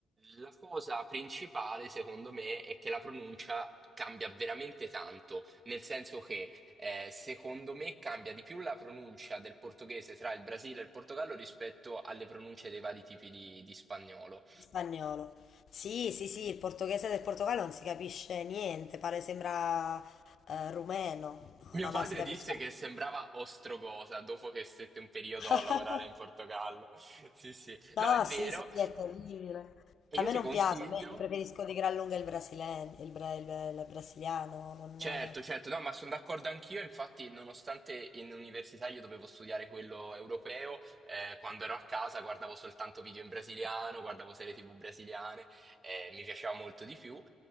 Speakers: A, on the right (about 30°); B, on the left (about 55°).
A: la cosa principale, secondo me, è che la pronuncia cambia veramente tanto, nel senso che eh, secondo me cambia di più la pronuncia del portoghese tra il Brasile e il Portogallo rispetto alle pronunce dei vari tipi di di spagnolo.
B: in spagnolo. Sì, sì, sì, il portoghese del Portogallo non si capisce niente, pare sembra eh, rumeno. No,
A: Mio
B: no,
A: padre
B: no, si capisce.
A: disse che sembrava Ostrogosa dopo che stette un periodo
B: <laughs>
A: a lavorare in Portogallo. <laughs> Sì, sì.
B: No,
A: No, è vero.
B: sì, sì, sì, è terribile.
A: E
B: A
A: io
B: me
A: ti
B: non
A: consiglio.
B: piace, a me preferisco di gran lunga il brasiliano, il, bra- il- il brasiliano, non...
A: Certo, certo, no, ma sono d'accordo anch'io, infatti nonostante in università io dovevo studiare quello europeo, eh, quando ero a casa guardavo soltanto video in brasiliano, guardavo serie TV brasiliane, eh, mi piaceva molto di più